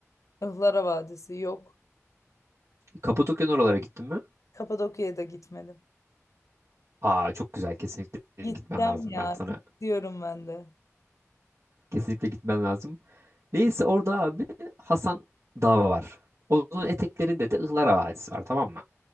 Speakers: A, on the left (about 75°); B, on the right (about 75°).
A: Ihlara Vadisi yok.
B: Kapadokya'nın oralara gittin mi?
A: Kapadokya'ya da gitmedim.
B: Aa çok güzel kesinlikle
A: Gideceğim
B: gitmen lazım.
A: ya
B: Ben sana
A: gidiyorum ben de.
B: kesinlikle gitmen lazım. Neyse orada abi Hasan Dağı var. Onun eteklerinde de Ihlara Vadisi var tamam mı?